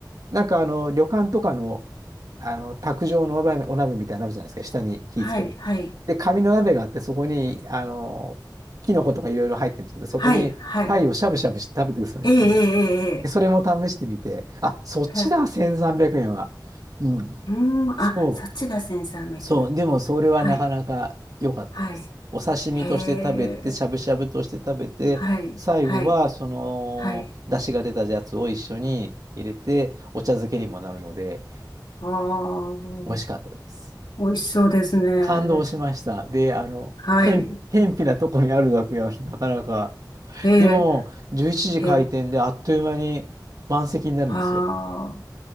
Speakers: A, on the right; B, on the left.
A: なんかあの、旅館とかの、あの、卓上のお鍋、お鍋みたいなのあるじゃないですか、下に火つける。
B: はい、はい、
A: で、紙の鍋があって、そこに、あの、キノコとかいろいろ入ってるんですけど、そこに鯛をしゃぶしゃぶして食べてくださいって言うんで。
B: はい、はい。ええ、ええ、
A: で、それも試してみて、
B: え
A: あ、そっちだ、
B: え、え
A: 1300円は。うん。
B: うーん、
A: そう。
B: あ、そっちがセンサー三百円。
A: そう、でもそれはなかなか良かったです。
B: はい、はい。
A: お刺身として食べて、
B: へえ、
A: しゃぶしゃぶとして食べて、
B: はい、
A: 最後はその出汁が出たやつを一緒に入れて、
B: はい、はい。
A: お茶漬けにもなるので、
B: ああ、
A: 美味しかったです。
B: 美味しそうですね。
A: 感動しました。で、あの、
B: はい。
A: へん、へんぴなとこにあるだけはなかなか。
B: へえ、
A: でも、11時開店であっという間に満席になるんですよ。
B: ええ、ああ、